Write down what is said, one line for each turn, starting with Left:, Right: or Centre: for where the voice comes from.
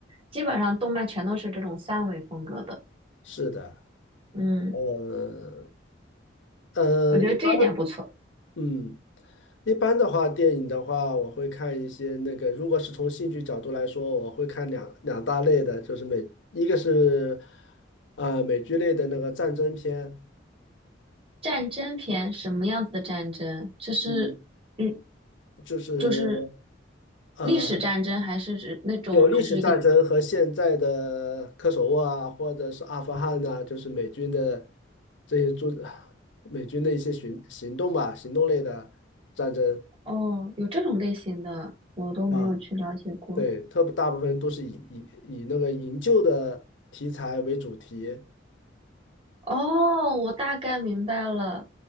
Right: 基本上动漫全都是这种三维风格的。
Left: 是的，
Right: 嗯，
Left: 呃呃，
Right: 我觉得这一点不错。
Left: 一般，嗯，一般的话，电影的话，我会看一些那个，如果是从兴趣角度来说，我会看两两大类的，就是美，一个是呃美剧类的那个战争片，
Right: 战争片什么样子的战争？这是，
Left: 嗯，
Right: 嗯，
Left: 就是。
Right: 就是
Left: 呃。
Right: 历史战争，还是指那种只是一个？
Left: 有历史战争和现在的科索沃啊，或者是阿富汗呐、就是美军的这些做美军的一些行行动吧，行动类的战争
Right: 哦，有这种类型的，我都没有去了解过。
Left: 啊，对，特别大部分都是以以以那个营救的题材为主题，
Right: 哦，我大概明白了，